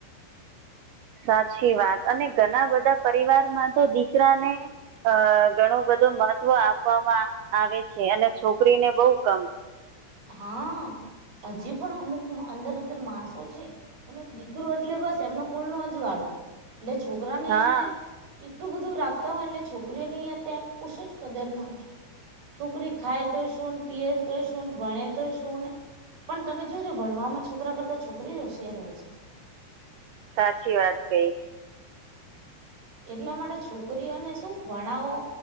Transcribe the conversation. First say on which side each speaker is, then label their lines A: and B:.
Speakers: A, on the right; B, on the right.
A: સાચી વાત અને ઘણા બધા પરિવારમાં તો દીકરા ને અ ઘણું બધું મહત્વ આપવામાં આવે છે અને છોકરીને બઉુ કમ
B: હા હજી પણ અમુક અંદર અંદર માણસો છે એ દીકરો એટલે બસ એમનો કુલનો હજુવાળો એટલે છોકરાને
A: હા
B: એમને એટલું બધું રાખતા હોય એટલે છોકરીઓની અત્યાંર કશુજ કદર ના હોય છુકરી ખાઈ તો શું ને પીએ તોય શું ભણે તો શું ને પણ તમે જોજો ભણવામાં છોકરા કરતા છોકરી જ હોશિયાર હોય છે
A: સાચી વાત કઈ
B: એટલા માટે છોકરીઓને શું ભણાવો